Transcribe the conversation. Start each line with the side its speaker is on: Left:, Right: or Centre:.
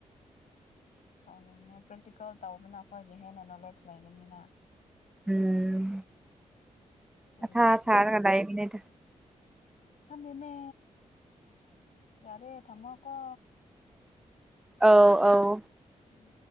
Left: ꯇꯧꯅꯤꯡꯉꯦ ꯄ꯭ꯔꯦꯛꯇꯤꯀꯦꯜ ꯇꯧꯕꯅ ꯑꯩꯈꯣꯏꯒꯤ ꯍꯦꯟꯅ ꯅꯣꯂꯦꯖ ꯂꯩꯒꯅꯤꯅ
Centre: ꯎꯝ
Left: ꯊꯤꯑꯣꯔꯤꯗꯤ
Centre: ꯑ ꯊꯥ ꯁꯔ ꯉꯂꯅꯦꯗ
Left: ꯑꯗꯨꯗꯅꯦ ꯌꯥꯔꯦ ꯊꯝꯃꯀꯣ
Centre: ꯑꯥꯎ ꯑꯥꯎ
Left: ꯎꯝ